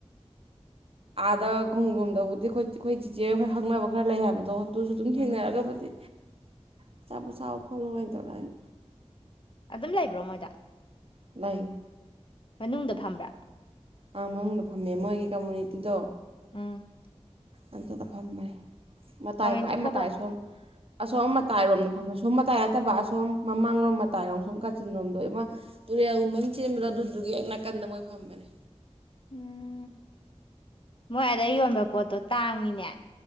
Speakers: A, on the right; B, on the left.
A: ꯑꯥꯗ ꯈꯣꯡꯖ꯭ꯔꯣꯝꯗꯕꯨꯗꯤ ꯑꯩꯈꯣꯏ ꯆꯤꯆꯦ ꯑꯩꯣꯏ ꯈꯪꯅꯕ ꯈꯔ ꯂꯩ ꯍꯥꯏꯕꯗꯣ ꯑꯗꯨꯁꯨ ꯑꯗꯨꯝ
B: ꯎꯝ
A: ꯊꯦꯡꯅꯔꯒꯕꯨꯗꯤ ꯑꯆꯥꯄ ꯁꯥꯎ ꯈꯣꯠꯂꯨ ꯀꯥꯏꯅ ꯇꯧꯔ ꯍꯥꯏꯅꯤ
B: ꯑꯗꯨꯝ ꯂꯩꯕ꯭ꯔꯣ ꯃꯣꯏꯗ
A: ꯂꯩ
B: ꯃꯅꯨꯡꯗ ꯐꯝꯕ꯭ꯔꯥ
A: ꯑ ꯃꯅꯨꯡꯗ ꯐꯝꯃꯦ ꯃꯣꯏꯒꯤ ꯀꯝꯃꯨꯅꯤꯇꯤꯗꯣ
B: ꯎꯝ
A: ꯑꯗꯨꯗ ꯐꯝꯕꯅꯤ ꯃꯇꯥꯏ
B: ꯀꯃꯦꯟꯇ꯭ꯔꯤ
A: ꯈ꯭ꯋꯥꯏ
B: ꯕꯣꯛꯁ
A: ꯃꯇꯥꯏ ꯁꯣꯨꯝ ꯑꯁꯣꯝ ꯃꯇꯥꯏꯔꯣꯝꯗ ꯐꯝꯕ ꯁꯣꯝ ꯃꯇꯥꯏ ꯅꯠꯇꯕ ꯑꯁꯣꯝ ꯃꯃꯥꯡꯂꯣꯝ ꯃꯇꯥꯏꯔꯣꯝ ꯁꯣꯝ ꯀꯥꯆꯤꯟꯔꯣꯝꯗꯣꯃ ꯇꯨꯔꯦꯜꯒꯨꯝꯕ ꯑꯃ ꯆꯦꯟꯕꯗꯣ ꯑꯗꯨꯗꯨꯒꯤ ꯑ ꯅꯥꯀꯟꯗ ꯃꯣꯏ ꯐꯝꯕꯅꯦ
B: ꯎꯝ ꯃꯣꯏ ꯑꯗ ꯌꯣꯟꯕ ꯄꯣꯠꯇꯣ ꯇꯥꯡꯉꯤꯅꯦ